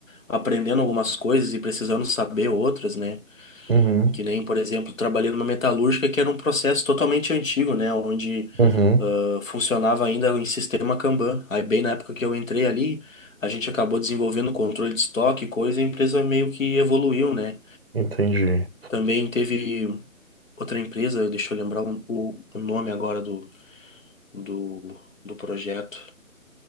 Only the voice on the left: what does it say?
aprendendo algumas coisas e precisando saber outras, né?
Que nem, por exemplo, trabalhei numa metalúrgica que era um processo totalmente antigo, né? Onde
ah, funcionava ainda em sistema Kanban. Aí, bem na época que eu entrei ali, a gente acabou desenvolvendo controle de estoque, e coisa, e a empresa meio que evoluiu, né?
Também teve outra empresa, deixa eu lembrar o, o o nome agora do do, do projeto.